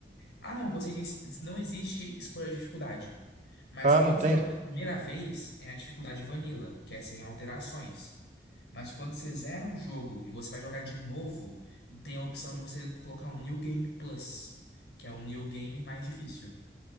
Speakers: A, on the left; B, on the right.
A: Ah, não, eu gostei nisso. Não existe escolha de dificuldade. Mas
B: Ah,
A: quando
B: não tem?
A: você joga pela primeira vez, é a dificuldade vanilla, que é sem alterações. Mas quando você zera o jogo e você vai jogar de novo, tem a opção de você colocar um New Game Plus, que é um New Game mais difícil.